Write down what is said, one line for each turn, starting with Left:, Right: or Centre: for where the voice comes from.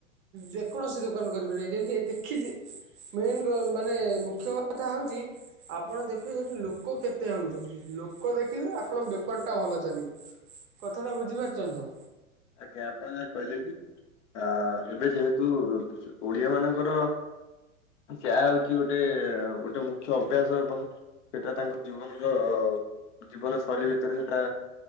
Right: ଯେକୌଣସି ଦୋକାନ କରିିପାରିବେ ଯେମିତି ଦେଖିଛି ମେନ୍ ମାନେ ମୁଖ୍ୟ କଥା ହଉଛି ଆପଣ ଦେଖିବେ ସେଠି ଲୋକ କେତେ ହଉଛନ୍ତି ଲୋକ ଦେଖିଲେ ଆପଣ ବେପାର ଟା ଭଲ ଚାଲେ କଥା ଟା ବୁଝିପାରୁଛନ୍ତି ତ?
Left: ଆଜ୍ଞା ଆପଣ ଯା କହିଲେ ବି ଆ ଏବେ ଯେହେତୁ ଓଡିଆ ମାନଙ୍କର ଚାହା ହଉଛି ଗୋଟେ ଗୋଟେ ମୁଖ୍ୟ ଅଭ୍ୟାସ ଏବଂ ସେଟା ତାଙ୍କ ଜୀବନର ଜୀବନ ଶୈଳୀ ଭିତରେ ସେଟା